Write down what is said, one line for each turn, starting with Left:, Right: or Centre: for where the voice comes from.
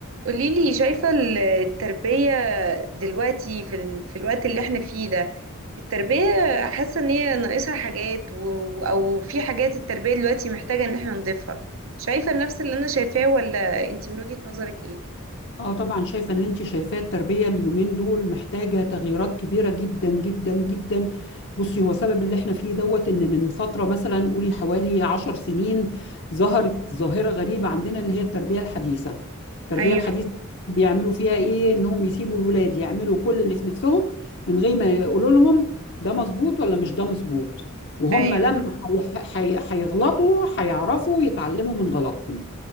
Right: قوليلي شايفة التربية دلوقتي في, ال... في الوقت اللي احنا فيه ده التربية حاسة ان هي ناقصها حاجات و... او في حاجات التربية دلوقتي محتاجة ان احنا نضيفها شايفة نفس اللي انا شايفاه ولا انت من وجهة نظرك ايه؟
Left: اه طبعا شايفه ان انت شايفاه التربيه اليومين دول محتاجه تغييرات كبيره جدا جدا جدا بصي هو سبب اللي احنا فيه دوت ان من فتره مثلا قولي حوالي عشر سنين ظهرت ظاهره غريبه عندنا اللي هي التربيه الحديثه التربيه
Right: ايوه
Left: الحديثه بيعملوا فيها ايه انهم يسيبوا الولاد يعملوا كل اللي في نفسهم من غير ما يقولوا لهم ده مظبوط ولا مش ده مظبوط وهم
Right: ايوه
Left: لما هيح- هي- هيغلطوا هيعرفوا يتعلموا من غلطهم